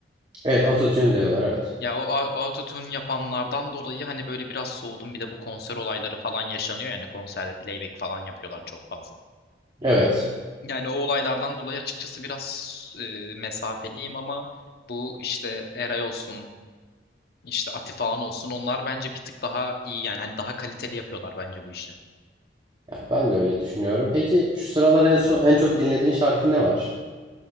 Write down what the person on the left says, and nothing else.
Ya o au- autotune yapanlardan dolayı hani böyle biraz soğudum bir de bu konser olayları falan yaşanıyor yani konserde playback falan yapıyorlar çok fazla.
Yani o olaylardan dolayı açıkçası biraz e, mesafeliyim ama bu işte Eray olsun, işte Atifahan olsun onlar bence bir tık daha iyi yani hani daha kaliteli yapıyorlar bence bu işi.